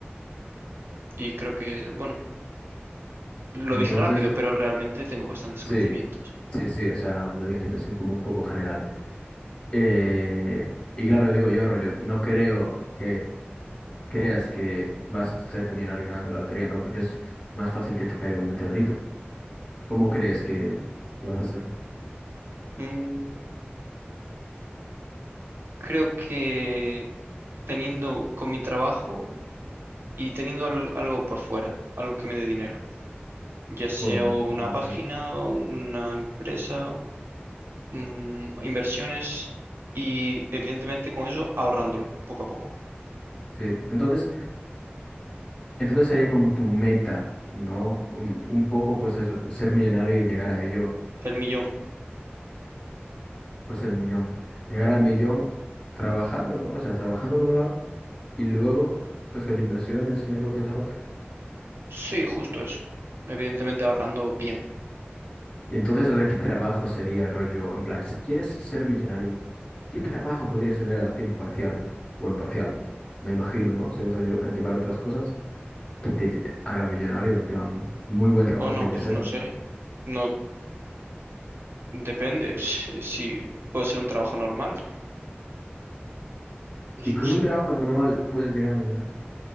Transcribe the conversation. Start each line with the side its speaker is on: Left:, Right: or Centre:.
Right: y creo que, bueno, lo
Left: Entonces,
Right: dije rápido, pero realmente tengo bastantes
Left: sí,
Right: conocimientos.
Left: sí, sí, o sea, me dijiste así como un poco general. Eh, y claro, digo yo, rollo, no creo que creas que vas a hacerte millonario ganando la lotería, ¿no? Porque es más fácil que te caiga un meteorito. ¿Cómo crees que, que vas a hacerlo?
Right: Mm, creo que teniendo con mi trabajo y teniendo al- algo por fuera, algo que me dé dinero, ya sea
Left: ¿Cómo
Right: una
Left: te caiga
Right: página, una empresa mm, inversiones y evidentemente con eso ahorrándolo poco a poco.
Left: Sí, entonces, entonces sería como tu meta, ¿no? Un, un poco, pues eso, ser millonario y llegar a ello
Right: El millón.
Left: Pues el millón. Llegar al millón trabajando, ¿no? O sea, trabajando por un lado y luego, pues con inversiones y negocios aparte.
Right: Sí, justo eso. Evidentemente ahorrando bien.
Left: Y entonces, o sea, ¿qué trabajo sería, rollo? En plan, si quieres ser millonario, ¿qué trabajo podrías tener a tiempo parcial? Bueno, parcial, me imagino, ¿no? Si vas a, lle- a llevar otras cosas, que te lle- haga millonario, en plan, muy buen trabajo
Right: Bueno,
Left: tiene
Right: pues
Left: que ser,
Right: no
Left: ¿no?
Right: sé. No depende si, si puede ser un trabajo normal. S-
Left: Y con
Right: So-
Left: un trabajo normal puedes llegar a millonario.